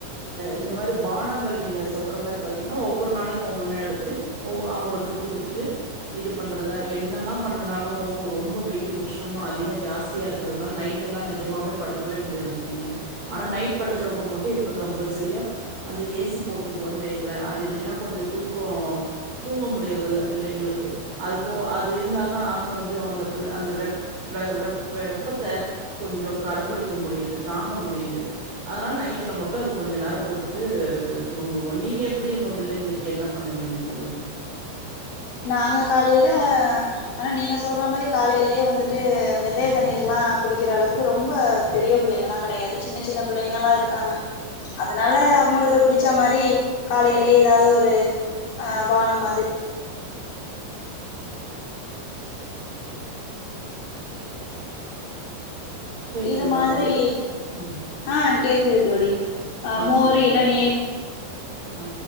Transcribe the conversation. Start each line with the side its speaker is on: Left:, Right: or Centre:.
Right: இந்த மாரி பானங்கள் நீங்க சொல்ற மாரி பாத்தீங்கன்னா ஒவ்வொரு நாளைக்கு ஒவ்வொன்னு எடுத்து அவ் ங்க்கு குடுத்துட்டு இது பண்றதா என் என்ன தா பண்ணனாலு ரொம்ப வெயில் உஷ்ணமா அதிக ஜாஸ்தியா இருக்கிறதுனால நைட்லா நெஜமாவே படுக் ங்கவே முடியறத இல்லைங்க ஆனா நைட் படுக்கிறப்ப மட்டும எப்ப கம்பல்சரியா அந்த ஏ சி போட்டுக்கோ ங்கள அது இல்லைன்னா கொஞ்சோ தூக்கோ தூங்க முடியறதில்ல பிள்ளைங்களுக்கு அது போ அது இருந்தாதா கொஞ்சோ அந்த புள்ள அந்த வெ வெ வெப்பத்தை கொஞ்சோ கடபிடிக்க முடியுது தாங்க முடியுது அதனால நைட்ல மட்டு அது கொஞ்ச நேரோ போட்டுட்டு தூங்க ஒண்டி நீங்க எப்டி உங்க பிள்ளைங்களுக்கு என்ன பண்ணுவீங்க தோழி
Left: நாங்க காலையில ஆனா நீங்க சொல்ற மாரி காலையிலேயே வந்துட்டு வெந்தய தண்ணீர்லா குடிக்கிற அளவுக்கு ரொம்ப பெரிய பிள்ளைங்க எல்லா கிடையாது சின்ன சின்ன பிள்ளைங்கலா இருக்காங்க அதனால அவுங்களுக்கு பிடிச்ச மாரி காலையிலே ஏதாது ஒரு ஆ பானம் மாதிரி
Right: கேக்குதுங்களா
Left: இது மாரி
Right: தோழி? ம்.
Left: ஆ கேக்குது தோழி ஆ மோரு
Right: சொல்லுங்க
Left: இளநீர்
Right: தோழி. ஆ